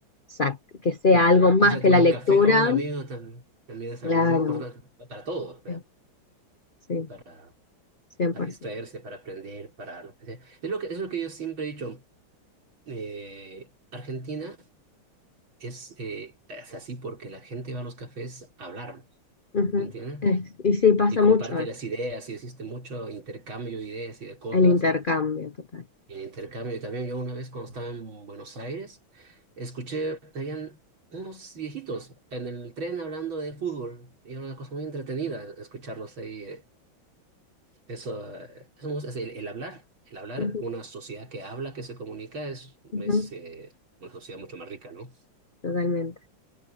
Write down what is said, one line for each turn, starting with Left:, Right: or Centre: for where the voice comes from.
Left: sa- que sea
Right: claro.
Left: algo más
Right: Y ya
Left: que
Right: tomar
Left: la
Right: un
Left: lectura.
Right: café con un amigo también, también es
Left: Claro,
Right: algo muy importante para todo
Left: sí, sí,
Right: para,
Left: 100%.
Right: para distraerse, para aprender, para lo que sea. Es lo que, es lo que yo siempre he dicho. eh, Argentina es, eh, es así porque la gente va a los cafés a hablar,
Left: Ujú.
Right: ¿me entiendes?
Left: Es- y sí, pasa
Right: Y comparte
Left: mucho eso,
Right: las ideas y existe mucho intercambio de ideas y de cosas.
Left: el intercambio total.
Right: Y el intercambio, y también yo una vez cuando estaba en Buenos Aires, escuché, habían unos viejitos en el tren hablando de fútbol. Y era una cosa muy entretenida escucharlos ahí. eh, Eso, eh, eso me gusta, es el, el hablar, el hablar,
Left: Ujú,
Right: una sociedad que habla, que se comunica, es,
Left: ujú,
Right: es eh, una sociedad mucho más rica, ¿no?
Left: totalmente.